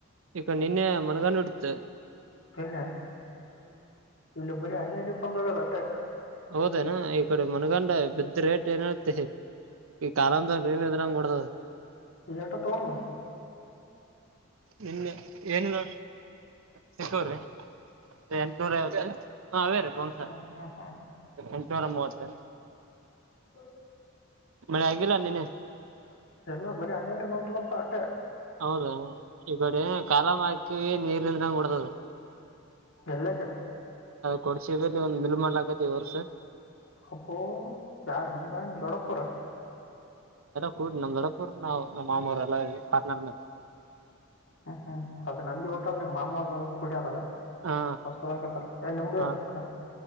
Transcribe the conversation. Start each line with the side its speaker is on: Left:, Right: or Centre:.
Right: ಈಗ ನಿನ್ನೆ ಮನಗಂಡ ಇಡ್ತ
Left: ನ್ನೆ ಇಲ್ಲಬರಿ ಅಲ್ಲಿ ಇ ಪಂದ ಬಟ್ಟೆ
Right: ಹೌದೇನಾ ಈ ಕಡೆ ಮನಗಂಡ ಬಿದ್ದ ರೇಟ್ ಏನತ್ತೆ ಈ ಕಾಲಂದ ನೀನ್ ಎದ್ರಂಗ ಕೊಡದ್
Left: <unintelligible> ತೋಬ
Right: ನಿನ್ನೆ ಏನಿಲ್ಲೋ ಸಿಕ್ಕವ್ರಿ ಎಂಟನೂರ ಐವತ್ತಲ್ಲ ಹಾ ಬೇರೆ ಬನ್ಸ
Left: ಹ್ಞೂ ಹ್ಞೂ ಹ್ಞೂ
Right: ಎಂನೂರ ಮೂವತ್ತ
Left: ಹ್ಮ
Right: ಮಳೆ ಆಗಿಲ್ಲ ನೆನೆ
Left: <unintelligible> ಎಲ್ಲಬ್ ಅನೇ ಬೊಂಡಪ್ಪ ಆಟ್ಟೆ
Right: ಹೌದಾ ಈಗಡೆ ಕಾಲ ಮಾಕಿ ನೀರ್ನಂದ್ರ ಹೋಡ್ದದು
Left: ಎಲ್ಲಕ್ಕ
Right: ಕೊಡ್ಸ <unintelligible> ಮಾಡ್ಲ ಆಕೈತಿವರ್ಸ
Left: ಅಪ ಯಾರನ ಬ ನಿಮ್ ಡ್ಡಪೊವ್ರು
Right: ಕೂಡ್ ನಮ್ ದೊಡಪುರ್ ನಾವ್ ನಮ್ಮ್ ಮಾಮರು ಎಲ್ಲ ಪಾರ್ಟ್ನರ್
Left: ಹ್ಮ್ ಹ್ಮ್ ಅದೆ ನಂದಿ ಊಟಲ್ ಮಾಮ ಕುಡ್ಯದಲ್ಲ
Right: ಹಾ
Left: ಹೊಸದಕತಲ್ಲ ನ್ ನಿಂಬುದ
Right: ಹ
Left: ಅದಕ್ಕ